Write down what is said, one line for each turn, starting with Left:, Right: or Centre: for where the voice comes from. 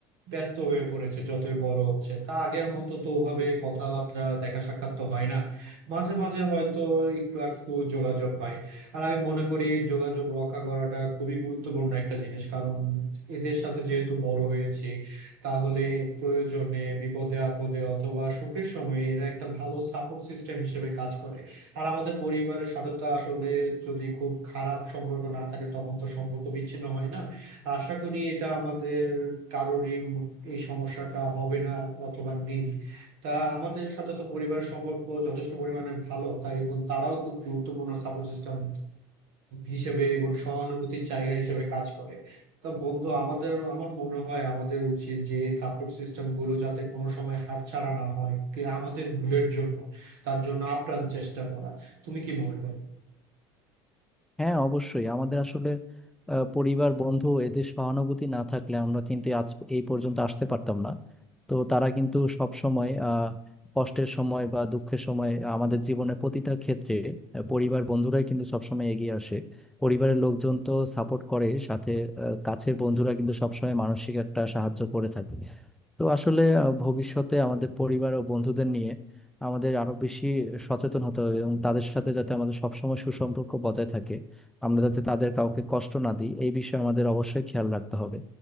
Right: ব্যস্ত হয়ে পড়েছে যতই বড় হচ্ছে তা আগের মতো তো ওভাবে কথাবার্তা দেখা সাক্ষাৎ তো হয় না মাঝে মাঝে হয়তো একটু একটু যোগাযোগ হয় আর আমি মনে করি যোগাযোগ রক্ষা করাটা খুবই গুরুত্বপূর্ণ একটা জিনিস কারণ এদের সাথে যেহেতু বড় হয়েছি তাহলে প্রয়োজনে বিপদে আপদে অথবা সুখের সময় এরা একটা ভালো সাপোর্ট সিস্টেম হিসেবে কাজ করে আর আমাদের পরিবারের সাথে তো আসলে যদি খুব খারাপ সম্পর্ক না থাকে তখন তো সম্পর্ক বিচ্ছিন্ন হয় না আশা করি এটা আমাদের কারোরই ম- এই সমস্যাটা হবে না অথবা নেই তা আমাদের সাথে তো পরিবারের সম্পর্ক যথেষ্ট পরিমাণে ভালো তাই এবং তারাও খুব গুরুত্বপূর্ণ সাপোর্ট সিস্টেম হিসেবে এবং সহানুভূতির জায়গা হিসেবে কাজ করে তা বন্ধু আমাদের আমার মনে হয় আমাদের উচিত যে এই সাপোর্ট সিস্টেম গুলো যাতে কোনো সময় হাতছাড়া না হয় কি আমাদের ভুলের জন্য তার জন্য আপ্রাণ চেষ্টা করা তুমি কি মনে করো
Centre: হ্যাঁ অবশ্যই আমাদের আসলে আহ, পরিবার বন্ধু এদের সহানুভূতি না থাকলে আমরা কিন্তু আজ এই পর্যন্ত আসতে পারতাম না তো তারা কিন্তু সব সময় আহ কষ্টের সময় বা দুঃখের সময় আমাদের জীবনের প্রতিটা ক্ষেত্রে আহ, পরিবার বন্ধুরাই কিন্তু সবসময় এগিয়ে আসে পরিবারের লোকজন তো সাপোর্ট করে সাথে আহ, কাছের বন্ধুরা কিন্তু সবসময় মানসিক একটা সাহায্য করে থাকে তো আসলে আহ, ভবিষ্যতে আমাদের পরিবার ও বন্ধুদের নিয়ে আমাদের আরো বেশি সচেতন হতে হবে এবং তাদের সাথে যাতে আমাদের সবসময় সুসম্পর্ক বজায় থাকে আমরা যাতে তাদের কাউকে কষ্ট না দিই এই বিষয়ে আমাদের অবশ্যই খেয়াল রাখতে হবে